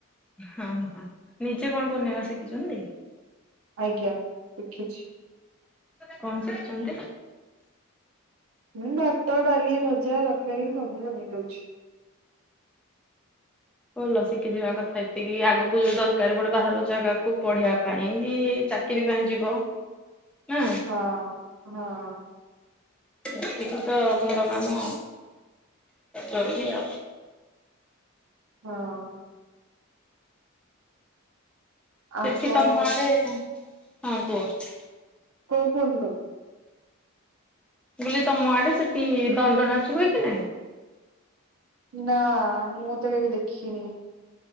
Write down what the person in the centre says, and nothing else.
ହଁ ହ ନିଜେ କଣ ବନେଇବା ଶିଖିଛନ୍ତି?
କଣ ଶିଖିଛନ୍ତି?
ଭଲ ଶିଖି ଯିବା କଥା ଏତିକି, ଆଗକୁ ଯୋଉ ଦରକାର ପଡେ ବାହାର ଜାଗାକୁୁ ପଢିବା ପାଇଁ କି, ଚା କିରି ପାଇଁ ଯିବ। ନା
ଏତିକି ତ ଘର କାମ ଜରୁରୀ ଆଉ।
ସେଠି ତମଆଡେ, ହଁ କୁହ।
<unintelligible> ତମ ଆଡେ ସେଠି ଦଣ୍ଡ ନାଚ ହୁଏ କି ନାଇଁ?